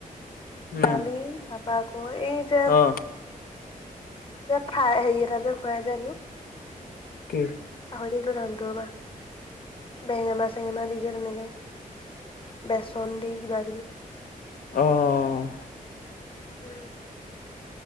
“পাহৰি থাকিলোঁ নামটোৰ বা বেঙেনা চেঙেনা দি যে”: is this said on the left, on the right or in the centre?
Left